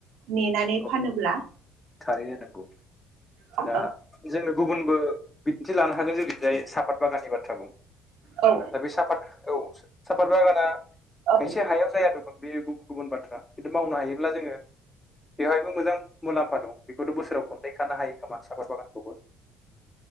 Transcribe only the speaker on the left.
औ
थारैनो नांगौ
दा जोङो गुबुनबो बिदिन्थि लानो हागोन जोंजाय साफात बागाननि बाथ्रा बुं
दा बे साफात औ साफात बागाना
मोनसे हायाव जाया दं। बे गुबुन गुबुन बाथ्रा खिनथु मावनो हायोब्ला जोङो बेवहायबो मोजां मुलाम्फा दं। बेखौथ' बोसोराव खननै खानो हायो खोमा साफाद बागानखौबो